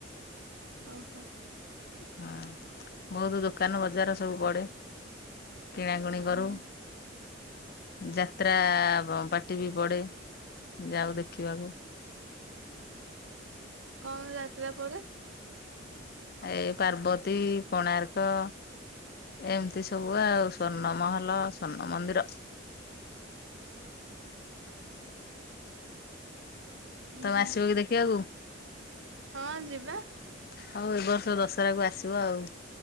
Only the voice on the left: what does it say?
ହଁ ବହୁତ ଦୋକାନ ବଜାର ସବୁ ପଡେ। କିଣାକୁଣି କରୁ।
ଯାତ୍ରା ବ ପାଟି ବି ପଡେ ଯାଉ ଦେଖିବାକୁ।
ଏଇ ପାର୍ବତୀ କୋଣାର୍କ ଏମିତି ସବୁ ଆଉ ସ୍ଵର୍ଣ୍ଣ ମହଲ ସ୍ଵର୍ଣ୍ଣ ମନ୍ଦିର।
ତମେ
ଆସିବକି ଦେଖିବାକୁ?
ହଉ ଏ ବର୍ଷ ଦଶହରା କୁ ଆସିବ ଆଉ।